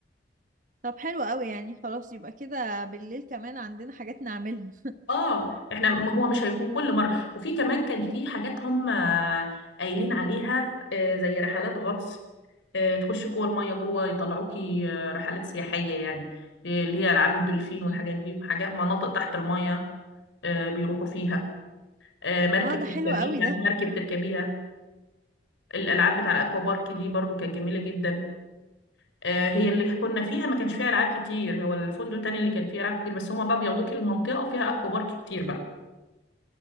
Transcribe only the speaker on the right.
طب حلو قوي يعني خلاص يبقى كده بالليل كمان عندنا حاجات نعملها
مم.
اه ده حلو
قوي ده